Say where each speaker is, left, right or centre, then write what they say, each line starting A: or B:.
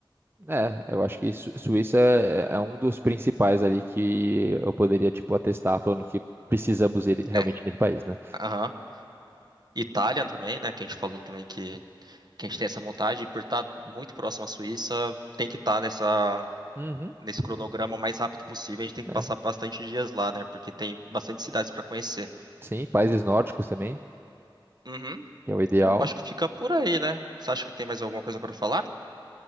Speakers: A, on the right; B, on the right.
A: é, eu acho que Su- Suíça é, é um dos principais ali que eu poderia, tipo, atestar falando que precisamos ir realmente
B: É.
A: nesse país, né?
B: Aham. Itália também, né? Que a gente falou também que, que a gente tem essa vontade, e por estar muito próximo à Suíça, tem que estar nessa,
A: Uhum,
B: nesse cronograma o mais rápido possível. A gente tem que
A: né?
B: passar bastante dias lá, né? Porque tem bastante cidades para conhecer.
A: Sim, países nórdicos também,
B: Uhum.
A: que é o ideal.
B: É, eu acho que fica por aí, né? Você acha que tem mais alguma coisa para falar?